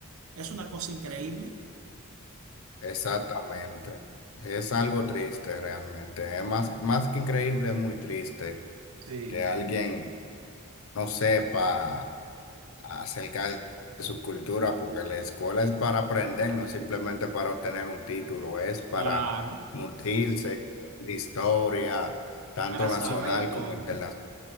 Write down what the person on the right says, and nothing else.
Es una cosa increíble.
Sí.
Claro,
para
saber todo.